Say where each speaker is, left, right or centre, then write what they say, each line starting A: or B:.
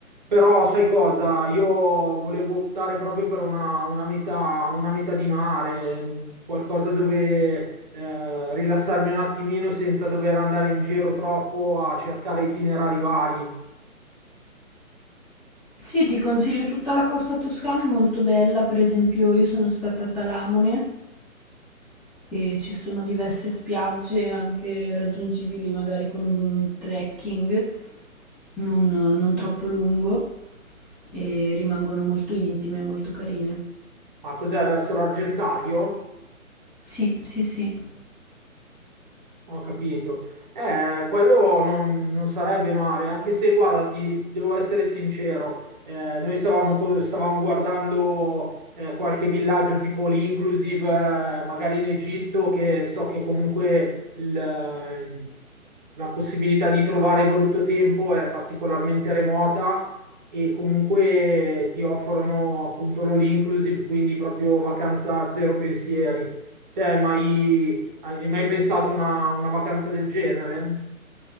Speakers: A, on the right; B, in the centre.
A: Però sai cosa? Io volevo optare proprio per una, una metà, una metà di mare, mh, qualcosa dove eh, rilassarmi un attimino senza dover andare in giro troppo a cercare itinerari vari.
B: Sì, ti consiglio tutta la costa toscana, è molto bella, per esempio io sono stata a Talamone e ci sono diverse spiagge anche raggiungibili magari con un trekking non, non troppo lungo e rimangono molto intime e molto carine.
A: Ma cos'è verso l'Argentario?
B: Sì, sì, sì.
A: Ho capito. Eh, quello non, non sarebbe male, anche se, guarda, ti devo essere sincero, eh, noi stavamo, co- stavamo guardando eh, qualche villaggio tipo l'inclusive, eh, magari in Egitto, che so che comunque il- la possibilità di trovare brutto tempo è particolarmente remota e comunque ti offrono appunto l'all inclusive, quindi proprio vacanza a zero pensieri. Te, hai mai hai hai mai pensato a una, una vacanza del genere?